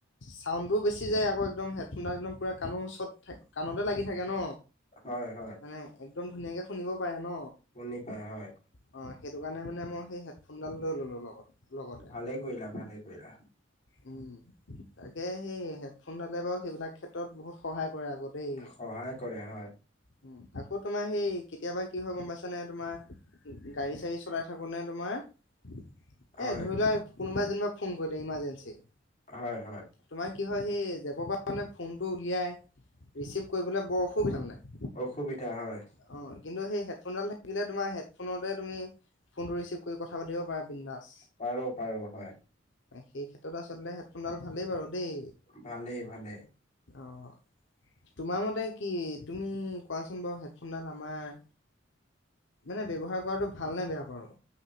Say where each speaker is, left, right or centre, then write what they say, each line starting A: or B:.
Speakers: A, on the left; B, on the left.
A: চাউণ্ডোও বেছি যায় আকৌদম হেডফোনডাল একদম পুৰা কাণো চট থ কাণতে লাগি থাকে ন?
B: হয়, হয়,
A: মানে একদম ধুনীয়াকে শুনিব পাৰে ন,
B: শুনি পাই, হয়,
A: হয়। সেইটো কাৰণে মানে মই সেই হেডফোনডাল লৈ ল'লো লগত। লগতে
B: ভালে কৰিলা, ভালেই কৰিলা।
A: উম, তাকে সেই হেডফোনডালে বাৰু সেইবিলাক ক্ষেত্ৰত বহুত সহায় কৰে আকৌ দেই
B: সহায় কৰে, হয়।
A: উম আকৌ তোমাৰ সেই কেতিয়াবা কি হয় গম পাইছানে? তোমাৰ, গাড়ী-চাড়ী চলাই থাকোতে তোমাৰ। এ
B: হয়,
A: ধৰি লোৱা কোনোবা এজনে বা ফোন কৰিলে ইমাৰ্জেঞ্চি।
B: হয় হয়।
A: তোমাৰ কি হয়? সেই জেপৰ পৰা মানে ফোনটো উলিয়াই ৰিচিভ কৰিবলৈ বৰ অসুবিধা মানে।
B: অসুবিধা, হয়।
A: অ' কিন্তু সেই হেডফোনডাল থাকিলে তোমাৰ হেডফোনতে তুমি ফোনটো ৰিচিভ কৰি কথা পাতিব পাৰা। বিন্দাস।
B: পাৰো, পাৰো হয়।
A: সেই ক্ষেত্ৰত আচলতে হেডফোনডাল ভালেই বাৰু! দেই।
B: ভালেই ভালে।
A: অ', তোমাৰ মতে কি তুমি কোৱাচোন বাৰু হেড ফোনডাল আমাৰ মানে ব্যৱহাৰ কৰাটো ভাল নে বেয়া বাৰু?